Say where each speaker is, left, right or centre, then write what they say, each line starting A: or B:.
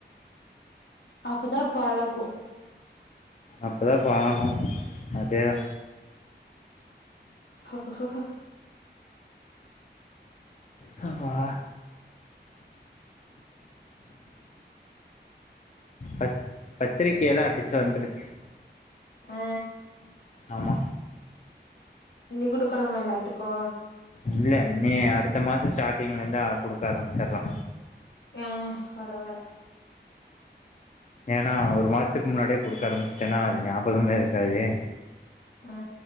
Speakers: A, on the left; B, on the left.
A: அப்பதா பழகு
B: அப்பதா பணங்கு அதேதா
A: ஹக்ககஹோ
B: ஹப்ஃபா பத் பத்திரை கீழ அடிச்சு வந்துடுச்சு
A: ஆ
B: ஆமா
A: நீ குடுக்கணுமா எல்லாத்துக்கு
B: இல்ல இனி அடுத்த மாசொ ஸ்டாடிங்ல ந்தெ குடுக்க ஆரம்பிச்சிர்லா
A: ம் வரவர
B: ஏன்னா ஒரு மாசத்துக்கு முன்னாடியே குடுக்க ஆரம்பிச்சுட்டன்னா அது ஞாபகமே இருக்காது
A: ஆ